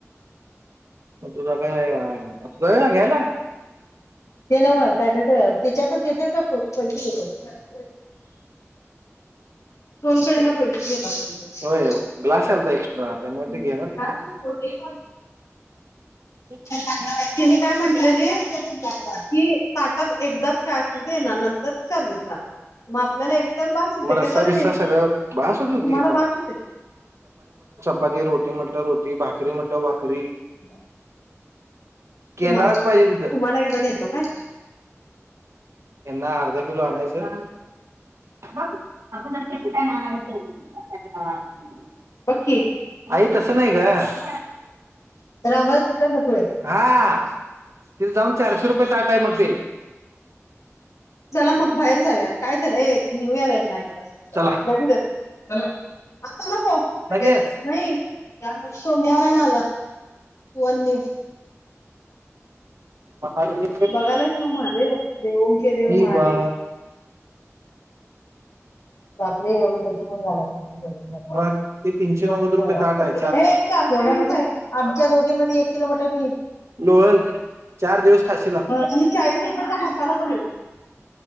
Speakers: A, on the right; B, on the left.
A: तुझ काय आता जाऊया की हाय ना.
B: ते नव काय त्याच्यात देतात का पैसे देतात. सोलकढीला पैसे घेत असतील
A: होय ग्लास
B: तर.
A: आलता एक्स्ट्रा त्यामुळे
B: हम
A: ते घेणार
B: का
A: किती
B: <unintelligible>
A: एक नाही.
B: त्यांनी कायं म्हटलेली कि ताटांत एकदाचं कायं असलं ते येणारं नां नंतर चार्जेस लागले मंग आपल्यांला एक दारं बांस होते
A: मग रस्सा
B: कशालां
A: बिस्सा
B: घ्यांयचं
A: सगळं
B: तुम्हांला
A: बास होत होती
B: भांस होते
A: मंगे रोटी म्हटलं रोटी भाकरी म्हटलं की भाकरी
B: बरं
A: केंद्राच
B: तुम्हांला
A: पाहिजे तिथं
B: एकदां नेतो कायं
A: त्यांनां अर्ध्या किलो आणायचं अं आपणं आतां कुठूनं आनायचं
B: बघ की
A: आई तसं नाहिं
B: तर
A: गं
B: आम्हाला चिकन नकोय
A: हां तिथं जाऊंन चारशे रुपये चं आणलं आहे मंग ते
B: चलां मंग बाहेर जांऊयां कायं तरं ये न्यू इयंर आहे नां एकदां
A: चला
B: बघूं आतां नको
A: लगेच
B: नाहीं सोमवार आहे मलां वंन ऐ
A: बाहांर मी
B: बघालंच नां महादेव देव ओं केे
A: शिवा
B: देव महादेव बापरे एवढं पैसे कोणं घालविन तिकडे
A: मग ते तीनशे
B: चं
A: नव्वद रुपये ताट आहे
B: ऐ चारशे विस हायं आमच्यां दोघेमध्यें एक किलो मटंण येईल
A: लोळलं चार दिवसं खांशील आ
B: बरं आणि चाळीस रुपयाचा मसाला पण